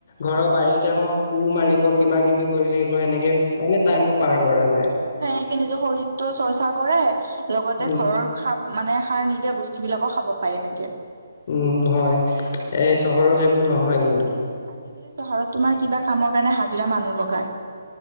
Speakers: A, on the left (about 30°); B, on the right (about 65°).
A: ঘৰৰ বাৰীতে হওঁক কোৰ মাৰিব কিবা কিবি কৰি থাকিব, সেনেকে মানে টাইমবোৰ পাৰ কৰা যায়।
B: সনেকে নিজৰ শৰীৰটো চৰ্চা কৰে, লগতে
A: উম
B: ঘৰৰ খাপ মানে সাৰ নিদিয়া বস্তু বিলাকো খাব পায় এনেকে।
A: উম, হয়, এই চহৰত এইবোৰ নহয় কিন্তু।
B: আজিকালি চহৰত তোমাৰ কিবা কামৰ কাৰণে হাজিৰা মানুহ লগায়।